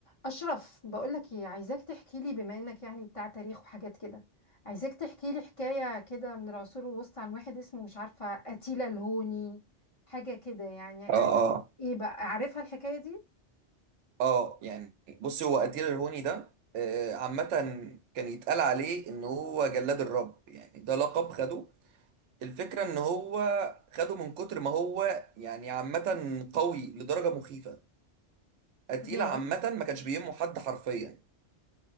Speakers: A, on the left; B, on the right.
A: أشرف بقولك إيه عايزاك تحكي لي بما إنك يعني بتاع تاريخ وحاجات كده عايزاك تحكي لي حكاية كده من العصور الوسطى عن واحد اسمه مش عارفة أتيلا الهوني حاجة كده يعني
B: اه
A: آه،
B: اه
A: إيه بقى عارفها الحكاية دي؟
B: اه يعني بص هو قتيل الهوني ده آه، عامة كان يتقال عليه ان هو جلاد الرب يعني ده لقب خده الفكرة ان هو خده من كتر ما هو يعني عامة قوي لدرجة مخيفة قتيل
A: ياه
B: عامة ما كانش بيهمه حد حرفيا